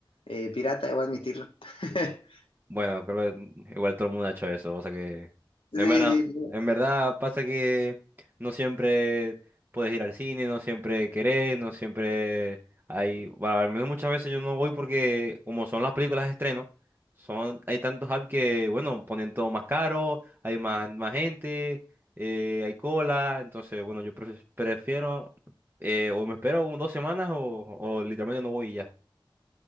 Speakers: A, on the left; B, on the right.
A: eh, pirata, debo admitirlo. <laughs>
B: Bueno, creo que igual todo el mundo ha hecho eso, o sea que
A: Sí,
B: en
A: sí,
B: verdad,
A: sí,
B: en verdad pasa que no siempre puedes ir al cine, no siempre querés, no siempre hay, bueno, al menos muchas veces yo no voy porque como son las películas de estreno, son, hay tantos apps que, bueno, ponen todo más caro, hay más, más gente, eh, hay cola, entonces, bueno, yo pref- prefiero, eh, o me espero un- dos semanas o, o literalmente no voy y ya.